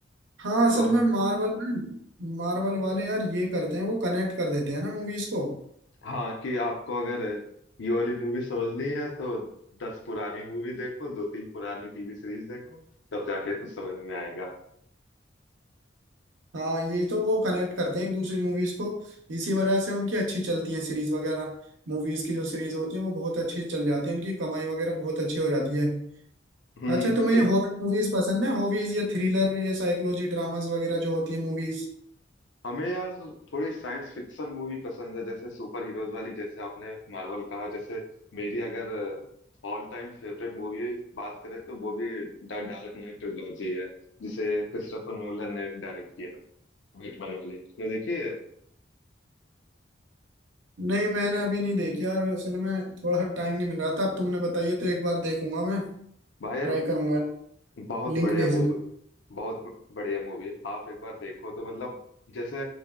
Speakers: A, on the right; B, on the left.
A: हाँ असल
B: तो
A: में मार्वल में मार्वल वाले यार ये करते हैं वो कनेक्ट कर देते हैं ना मूवीज को
B: हाँ कि आपको अगर ये वाली मूवी समझनी है तो दस पुरानी मूवी देखो दो तीन पुरानी टीवी सीरीज देखो तब जाके कुछ समझ में आएगा
A: हाँ ये तो वो कनेक्ट करते हैं एक दूसरी मूवीज को इसी वजह से उनकी अच्छी चलती है सीरीज वगैरह मूवीज की जो सीरीज होती है वो बहुत अच्छी चल जाती है उनकी कमाई वगैरह बहुत अच्छी हो जाती है
B: हम्म
A: अच्छा तुम्हें
B: हिल-
A: ये हॉरर मूवीज पसंद है हॉबीज या थ्रिलर या साइकोलॉजी ड्रामास वगैरह जो होती है मूवीज
B: हमें यार थोड़ी साइंस फिक्शन मूवी पसंद है जैसे सुपर हीरोज वाली जैसे आपने मार्वल कहा जैसे मेरी अगर ऑल टाइम फेवरेट मूवी बात करें तो वो भी द डार्क नाइट ट्रिलॉजी है जिसे क्रिस्टोफर नोलन ने डायरेक्ट किया था बैटमैन वाली आपने देखी है
A: नहीं मैंने अभी नहीं देखी यार असल में थोड़ा टाइम नहीं मिल रहा था अब तुमने बताइए तो एक बार देखूंगा मैं
B: भाई यार
A: ट्राई करूंगा
B: बहुत
A: लिंक
B: बढ़िया
A: भेजना
B: मूवी बहुत ब- बढ़िया मूवी आप एक बार देखो तो मतलब जैसे